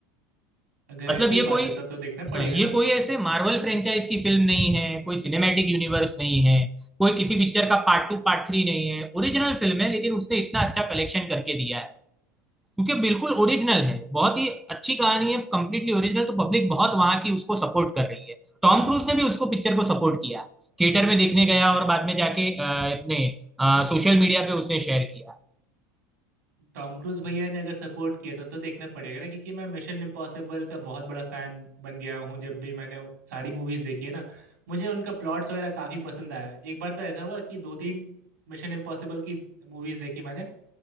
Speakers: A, in the centre; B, on the right.
A: है
B: अगर ऐसी
A: मतलब ये
B: ही
A: कोई
B: बात है तब तो देखना पड़ेगा
A: हाँ ये
B: ना
A: कोई ऐसे मार्वल फ्रेंचाइज की फिल्म नहीं है कोई सिनेमैटिक यूनिवर्स नहीं है कोई किसी पिक्चर का पार्ट टू पार्ट थ्री नहीं है ओरिजिनल फिल्म है लेकिन उसने इतना अच्छा कलेक्शन करके दिया है क्योंकि बिल्कुल ओरिजिनल है बहुत ही अच्छी कहानी है कंप्लीटली ओरिजिनल तो पब्लिक बहुत वहां की उसको सपोर्ट कर रही है टॉम क्रूज ने भी उसको पिक्चर को सपोर्ट किया थिएटर में देखने गया और बाद में जाके अ, अपने सोशल मीडिया पे उसने शेयर किया
B: टॉम क्रूज भैया ने अगर सपोर्ट किया था तो देखना पड़ेगा ना क्योंकि मैं मिशन इम्पॉसिबल का बहुत बड़ा फैन बन गया हूँ जब भी मैंने सारी मूवीज देखी है ना मुझे उनका प्लॉट्स वगैरह काफी पसंद आया एक बार तो ऐसा हुआ कि दो तीन मिशन इम्पॉसिबल की मूवीज देखी मैंने